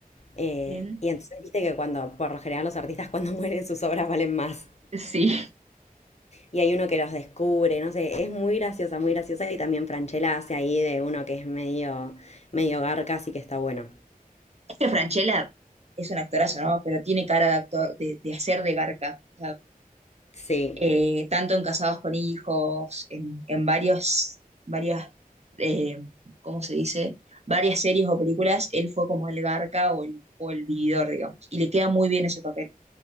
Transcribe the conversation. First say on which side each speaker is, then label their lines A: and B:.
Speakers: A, on the left; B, on the right.
A: eh,
B: Bien.
A: y entonces viste que cuando, por lo general los artistas cuando <laughs> mueren sus obras valen más,
B: Sí.
A: y hay uno que los descubre, no sé, es muy graciosa, muy graciosa, y también Franchella hace ahí de uno que es medio, medio garca, así que está bueno.
B: Este Franchella es un actorazo, ¿no? Pero tiene cara de actor, de, de hacer de garca. O sea,
A: Sí,
B: eh, tanto en Casados con Hijos, en, en varios, varias, eh, ¿cómo se dice? Varias series o películas, él fue como el garca o el, o el vividor, digamos. Y le queda muy bien ese papel.